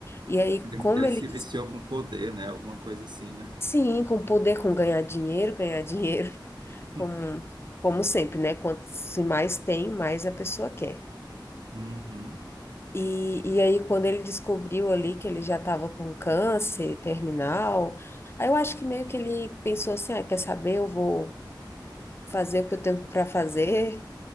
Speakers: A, on the left; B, on the right.
A: E aí,
B: Ele,
A: como
B: ele
A: ele,
B: se viciou com poder, né? Alguma coisa assim, né?
A: sim, com poder, com ganhar dinheiro, ganhar dinheiro
B: <laughs>
A: como, como sempre, né? Quanto se mais tem, mais a pessoa quer.
B: Uhum.
A: E, e aí, quando ele descobriu ali que ele já estava com câncer terminal, aí eu acho que meio que ele pensou assim: ah, quer saber? Eu vou fazer o que eu tenho para fazer,